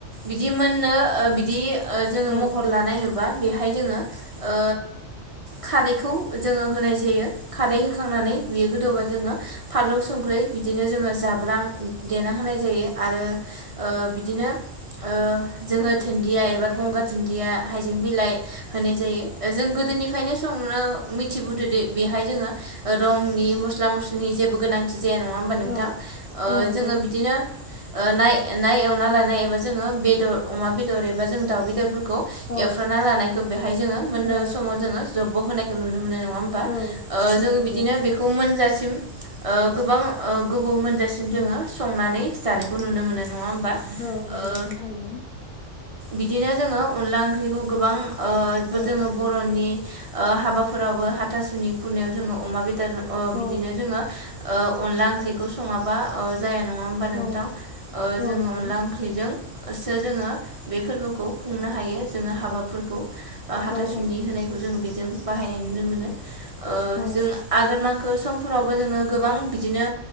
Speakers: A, on the right (about 35°); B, on the left (about 60°).
A: बिदि मोननो ओ बिदि जोङो
B: औ
A: महर लानाय नुबा बेहाय जोङो ओ खारैखौ जोङो होनाय जायो खारै होखांनानै
B: औ
A: बियो गोदौबा जोङो फालौ संख्रि बिदिनो जोङो जाब्रां देना होनाय जायो आरो ओ बिदिनो ओ जोङो दुन्दिया एबा गंगार दुनदिया हाइजें बिलाइ होनाय जायो जों गोदोनिफ्रायनो संनो मिथिबोदोदि बेहाय जोङो रंनि मस्ला मस्लिनि जेबो गोनांथि जाया नङा हबा नोंथाङा
B: औ औ नंगौ
A: जोङो बिदिनो नाय नाय एवना लानाय एबा जोङो बेदर अमा बेदर एबा जों दाउ बेदरफोरखौ खौ
B: औ
A: एवफ्रा लानायखौ बेहाय जोङो मोननो
B: औ
A: समाव जोङो जबब' होनायखौ नुनो मोनो ना नङा होमबा
B: औ
A: ओ
B: औ
A: जों
B: नंगौ
A: बिदिनो बेखौ मोनजासिम ओ गोबां ओ गोबाव मोनजासिम
B: औ
A: जासिम जोङो संनानै जानायखौ नुनो मोनो नङा
B: औ नंगौ
A: ओ
B: नोंथां थारैनो।
A: बिदिनो जोङो अनला ओंख्रिखौ गोबां ओ
B: औ
A: बो जोङो बर'नि ओ हाबाफोरावबो हाथासुनि खुरनायाव जोङो अमा बेदर ओ
B: औ
A: बिदिनो जोङो ओ अनला ओंख्रिखौ सङाबा अ जाया नङा होमबा
B: औ
A: नोंथां ओ
B: औ
A: जोङो
B: नंगौ
A: अनला ओंख्रिजों सो जोङो बे फोरबोखौ खुंनो हायो जोङो हाबाफोरखौ। ओ हाथासुनि
B: औ औ
A: होनायखौ जो बेजों बाहायनाय नुनो मोनो ओ
B: औ
A: जों आगोन मां खो समफोरावबो जोङो गोबां बिदिनो